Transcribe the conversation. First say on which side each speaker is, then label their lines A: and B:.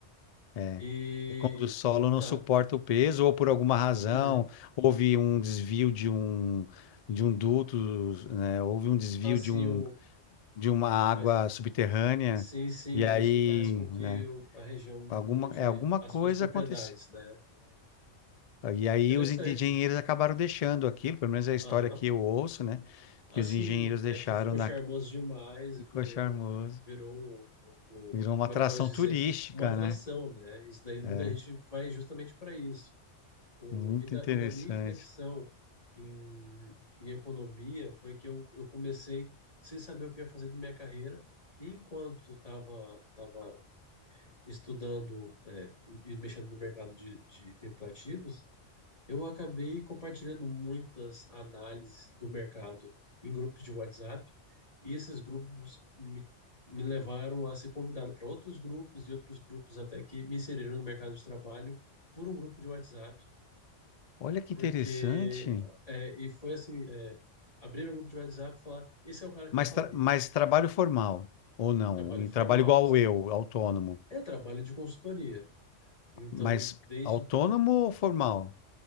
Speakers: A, on the left; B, on the left.
A: É.
B: E
A: É quando o solo não
B: tá.
A: suporta o peso, ou por alguma razão,
B: uhum.
A: houve um desvio de um, de um duto, né? Houve um desvio
B: Assim,
A: de um,
B: o
A: de uma água
B: faz
A: subterrânea,
B: sim, sim,
A: e aí,
B: isso faz com que
A: né?
B: o- a região
A: Alguma,
B: mude
A: é, alguma
B: as
A: coisa
B: suas propriedades,
A: aconteceu.
B: né?
A: E aí
B: Interessante.
A: os engenheiros acabaram deixando aquilo, pelo menos é a história
B: Aham.
A: que eu ouço, né?
B: Assim,
A: Que os engenheiros
B: é
A: deixaram
B: que ficou
A: na...
B: charmoso demais,
A: Ficou
B: virou
A: charmoso.
B: virou o, o-
A: Virou uma
B: como
A: atração
B: é que posso dizer?
A: turística,
B: Uma atração,
A: né?
B: né? Isso daí muita
A: É,
B: gente vai justamente para isso. O,
A: muito
B: e, da,
A: interessante.
B: e da minha inflexão em, em economia foi que eu, eu comecei sem saber o que ia fazer da minha carreira. E enquanto estava tava tava estudando é, e e mexendo no mercado de, de criptoativos, eu acabei compartilhando muitas análises do mercado em grupos de WhatsApp. E esses grupos me, me levaram a ser convidado para outros grupos e outros grupos até que me inseriram no mercado de trabalho por um grupo de WhatsApp
A: Olha que
B: porque
A: interessante.
B: é, e foi assim, é, abriram um grupo de WhatsApp e falar, esse é o cara
A: Mas,
B: que eu falei,
A: tra- mas trabalho formal, ou não?
B: trabalho
A: Em
B: formal,
A: trabalho igual
B: sim,
A: eu, autônomo.
B: é trabalho de consultoria, então
A: Mas
B: desde
A: autônomo
B: então
A: ou formal?